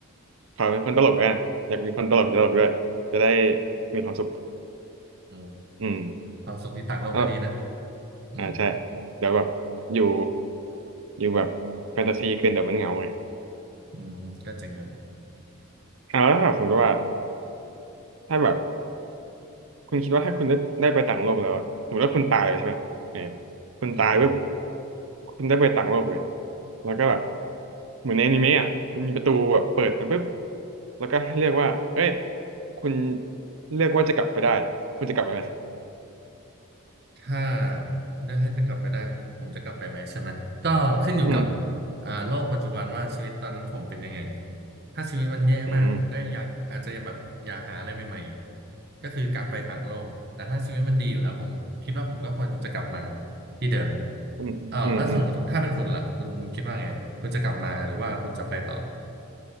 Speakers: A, on the right; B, on the right.
A: ขอเป็นคนตลกอ่ะอยากมีคนตลกตลกด้วยจะได้มีความสุข
B: อืม
A: อืม
B: ความสุขที่ต่างโลกก็ดีนะ
A: ก็
B: อืม
A: อ่าใช่เดี๋ยวแบบอยู่อยู่แบบแฟนตาซีเกินเดี๋ยวมันเหงาไง
B: อืมก็เจ๋งกันไป
A: อ่าแล้วถ้าสมมติว่าถ้าแบบ คุณคิดว่าถ้าคุณได้ได้ไปต่างโลกแล้วอะสมมติว่าคุณตายเลยใช่ไหมเออคุณตายปุ๊บ
B: อืม
A: คุณได้ไปต่างโลกเลยแล้วก็แบบเหมือนในอนิเมะอะมันมีประตูแบบเปิดมาปุ๊บแล้วก็ให้เรียกว่าเอ้ยคุณเลือกว่าจะกลับไปได้คุณจะกลับไปไหม
B: ถ้าเลือกให้จะกลับไปได้คุณผมจะกลับไปไหมใช่ไหมก็ขึ้นอยู่กับ
A: อืม
B: อ่าโลกปัจจุบันว่าชีวิตตอนนั้นผมเป็นยังไงถ้าชีวิตมันแย่มากผมก็อยากอาจจะยังแบบอยากหาอะไรใหม่ๆก็คือการไปต่างโลกแต่ถ้าชีวิตมันดีอยู่แล้วผมคิดว่าผมก็ควรจะกลับมา
A: อืม
B: ที่เดิม
A: อืมอืมอืม
B: อ้าวแล้วสมมติถ้าเป็นคุณล่ะคุณคิดว่าไงคุณจะกลับมาหรือว่าคุณจะไปต่อ